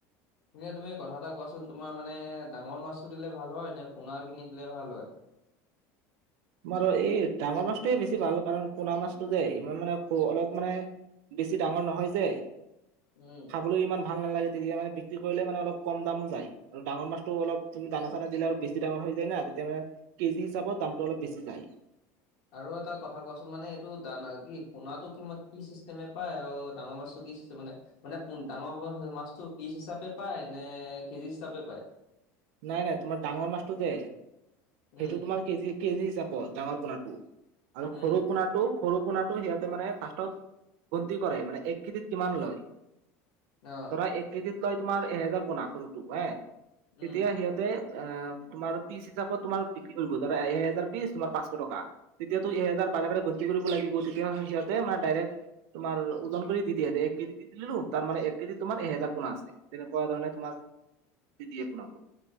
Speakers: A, on the left (about 65°); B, on the right (about 65°).
A: এনেই তুমি কথা এটা কোৱাচোন। তোমাৰ মানে ডাঙৰ মাছটো দিলে ভাল হয় নে পোনা কিনি দিলে ভাল হয়?
B: তোমাৰ এই ডাঙৰ মাছটোৱে বেছি ভাল। কাৰণ পোনা মাছটো যে ইমান মানে খ অলপ মানে বেছি ডাঙৰ নহয় যে,
A: উম।
B: খাবলৈ ইমান ভাল নালাগে। তেতিয়া মানে বিক্ৰী কৰিলে মানে অলপ কম দাম পায় আৰু ডাঙৰ মাছটো অলপ তুমি দানা-চানা দিলে আৰু বেছি ডাঙৰ হৈ যায় না তেতিয়া মানে কেজি হিচাপত দামটো অলপ বেছি যায়।
A: আৰু এটা কথা কোৱাচোন মানে এইটো ডা কি পোনাটো কি কি চিষ্টেমে পায় আৰু ডাঙৰ মাছটো কি চিষ্টেম মানে মানে ডাঙৰ হোৱা মাছটো পিচ হিচাপে পায় নে কেজি হিচাপে পায়?
B: নাই, নাই তোমাৰ ডাঙৰ মাছটো যে
A: উম,
B: সেইটো তোমাৰ কেজি কেজি হিচাপত ডাঙৰ পোনাটো। আৰু
A: উম,
B: খৰু পোনাটো খৰু পোনাটো সিহঁতে মানে ফাৰ্ষ্টত গন্তি কৰে মানে এক কেজিত মানে কিমান লয়।
A: অ',
B: ধৰা এক কেজিত লয় তোমাৰ এহেজাৰ পোনা সৰুটো হয়
A: উম।
B: তেতিয়া সিহঁত তে অ তোমাৰ পিচ হিচাপত তোমাৰ বিক্ৰী কৰিব ধৰা এহেজাৰ পিচ তোমাৰ পাঁচশ টকা। তেতিয়াটো এহেজাৰ বাৰে বাৰে গন্তি কৰিব লাগিব। তেতিয়া সিহঁতে মানে ডাইৰেক্ট তোমাৰ ওজন কৰি দি দিয়ে এক কেজি দি দিলো। তাৰ মানে এক কেজিত তোমাৰ এহেজাৰ পোনা আছে। তেনেকুৱা ধৰণে তোমাক দি দিয়ে পোনাটো।